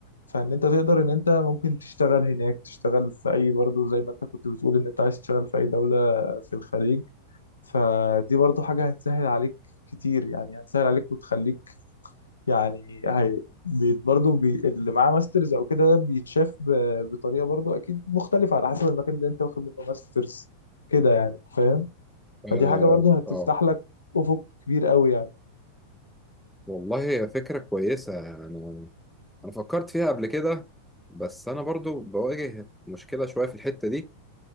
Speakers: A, on the left; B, in the centre.
A: فان انت تقدر ان انت ممكن تشتغل هناك تشتغل في اي برضو زي ما انت كنت بتقول ان انت عايز تشتغل في اي دولة في الخليج فدي برضو حاجة هتسهل عليك كتير يعني هتسهل عليك وتخليك يعني هي بي- برضو بي اللي معاه ماسترز او كده ده بيتشاف ب- بطريقة برضو اكيد مختلفة على حسب المكان اللي انت واخد منه ماسترز كده يعني فاهم
B: اه
A: فدي حاجة برضو هتفتح
B: آه.
A: لك افق كبير قوي يعني
B: والله هي فكره كويسه انا انا فكرت فيها قبل كده بس انا برضو بواجه مشكله شويه في الحته دي